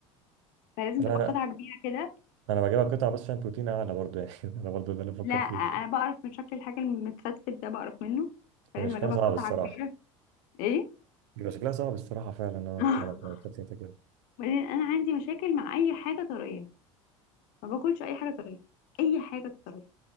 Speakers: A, on the left; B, on the right.
A: فلازم
B: لا
A: تبقى
B: انا
A: قطعه كبيره كده
B: انا بجيبها قطع بس عشان بروتين اعلى برضو يعني <laughs> انا برضو ده اللي بفكر
A: لا انا
B: فيه
A: بقرف من شكل الحاجه المتفتت ده بقرف منه فلازم
B: هي شكلها
A: اجيبها
B: صعب
A: قطعه
B: الصراحه
A: كبيره ايه
B: بيبقى شكلها صعب الصراحه فعلا اه
A: <laughs>
B: لما تبقى فتيتة كده
A: وبعدين انا عندي مشاكل مع اي حاجه طريه ما باكلش اي حاجه طريه اي حاجه طريه